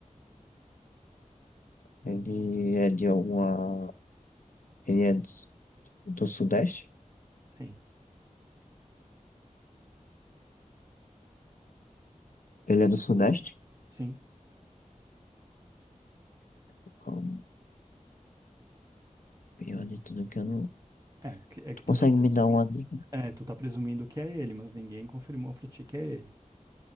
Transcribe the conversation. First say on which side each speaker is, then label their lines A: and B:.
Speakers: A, on the left (about 85°); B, on the right (about 25°).
A: ele é de alguma. Ele é do do Sudeste?
B: Sim.
A: Ele é do Sudeste?
B: Sim.
A: Ah, Pior de tudo que eu não.
B: É, que- é
A: Tu
B: que tu
A: consegue
B: tá presumindo.
A: me dar uma dica?
B: É, tu tá presumindo que é ele, mas ninguém confirmou pra ti que é ele.